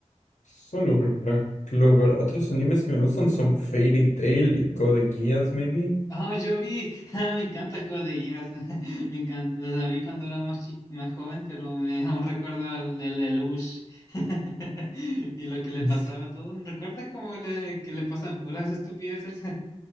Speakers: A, on the left (about 80°); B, on the left (about 25°).
A: Solo Black Clover. Otros animes que me gustan son Fairy Tail y Code Geass, maybe.
B: Oh, yo vi, <laughs> ah, me encanta Code Geass. <laughs> Me encanta, la vi cuando era más chi- más joven, pero me <laughs> aún recuerdo al el Lelouch <laughs> y lo que le
A: <laughs>
B: pasaba a todo. ¿Recuerdas cómo le que le pasan puras estupideces?